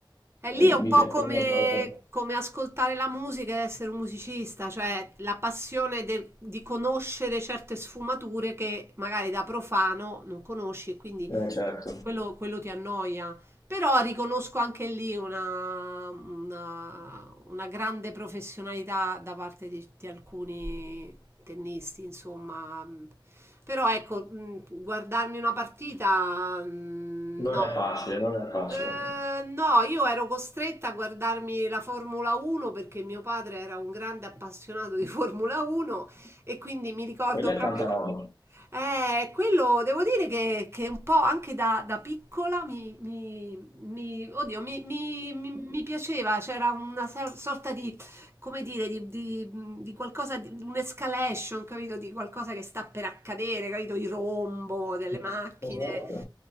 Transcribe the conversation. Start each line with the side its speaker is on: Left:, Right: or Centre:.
Right: E lì
Left: Eh, mi
Right: è un po'
Left: piaceva
Right: come,
Left: proprio.
Right: come ascoltare la musica e essere un musicista, cioè la passione del- di conoscere certe sfumature che magari da profano non conosci e quindi
Left: Eh, certo,
Right: quello, quello ti annoia. Però riconosco anche lì una, una- una grande professionalità da parte di, di alcuni tennisti, insomma. Però ecco, mh, guardarmi una partita, mh,
Left: non
Right: no.
Left: è facile, non è facile.
Right: Eh, no, io ero costretta a guardarmi la Formula 1 perché mio padre era un grande appassionato di Formula 1 e quindi mi ricordo
Left: Quella è
Right: proprio.
Left: tanta roba.
Right: Eh, quello devo dire che, che un po' anche da, da piccola mi, mi- mi- oddio, mi, mi- mi- mi piaceva, c'era una ser- sorta di come dire, di, di- di qualcosa, di un'escalation, capito? Di qualcosa che sta per accadere, capito? Il rombo delle macchine.
Left: Esatto.